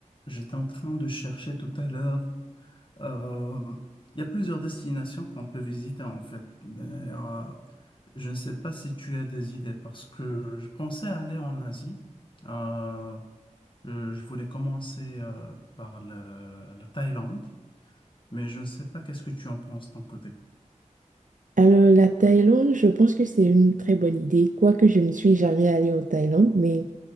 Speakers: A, on the left; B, on the right.
A: J'étais en train de chercher tout à l'heure. Euh, il y a plusieurs destinations qu'on peut visiter en fait, mais euh, je ne sais pas si tu as des idées parce que je pensais aller en Asie. Euh, euh, je voulais commencer euh, par la, la Thaïlande, mais je ne sais pas qu'est-ce que tu en penses de ton côté.
B: Alors, la Thaïlande, je pense que c'est une très bonne idée, quoique je ne suis jamais allée en Thaïlande, mais